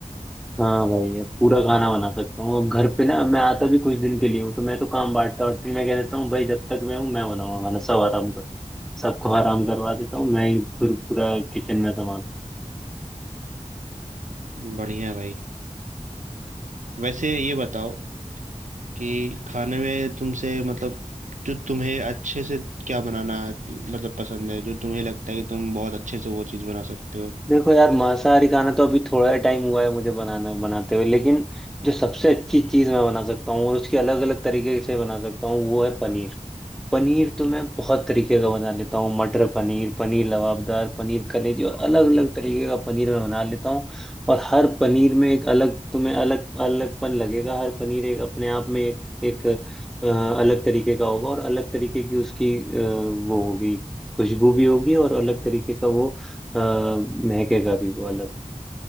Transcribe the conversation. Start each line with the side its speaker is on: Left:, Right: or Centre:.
Centre: हाँ भाई अब पूरा खाना बना सकता हूँ अब घर पे ना अब मैं आता भी कुछ दिन के लिए हूँ तो मैं तो काम बांटता और मैं कह देता हूँ भाई जब तक मैं हूँ मैं बनाऊंगा खाना सब आराम करो सबको आराम करवा देता हूँ मैं ही फिर पूरा किचन में संभाल
Right: बढ़िया है भाई वैसे ये बताओ कि खाने में तुमसे मतलब जो तुम्हें अच्छे से क्या बनाना मतलब पसंद है जो तुम्हें लगता है कि तुम बहुत अच्छे से वो चीज़ बना सकते हो
Centre: देखो यार मांसाहारी खाना तो अभी थोड़ा टाइम हुआ है मुझे बनाना बनाते हुए लेकिन जो सबसे अच्छी चीज मैं बना सकता हूँ और उसकी अलग अलग तरीके से बना सकता हूँ वो है पनीर पनीर तो मैं बहुत तरीके का बना लेता हूँ मटर पनीर पनीर लबाबदार पनीर कलेजी और अलग अलग तरीके का पनीर मैं बना लेता हूँ और हर पनीर में एक अलग तुम्हें अलग अलगपन लगेगा हर पनीर एक अपने आप में एक एक अ, अलग तरीके का होगा और अलग तरीके की उसकी अ, वो होगी खुशबू भी होगी और अलग तरीके का वो अ, महकेगा भी वो अलग